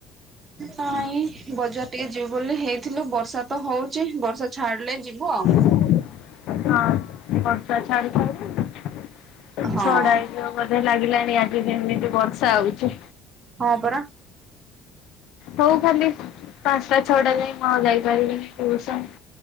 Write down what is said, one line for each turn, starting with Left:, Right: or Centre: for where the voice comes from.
Right: ନାଇଁ ବଜାର ଟିକେ ଯିବୁ ବୋଲି ହେଇଥିଲୁ ବର୍ଷା ତ ହଉଛି ବର୍ଷା ଛାଡିଲେ ଯିବୁ ଆଉ।
Left: ହଁ ବର୍ଷା ଛାଡୁ ଛାଡୁ ଛ
Right: ହଁ
Left: ଟା ହେଇଯିବ। ବୋଧେ ଲାଗିଲାଣି ଆଜି ଯେମିତି ବର୍ଷା ହଉଛି।
Right: ହଁ ପରା।
Left: ହଉ ଖାଲି ପାଞ୍ଚଟା ଛଅଟା ଯାଇ ମୁଁ ଯାଇପାରିବିନି ଟିଉସନ।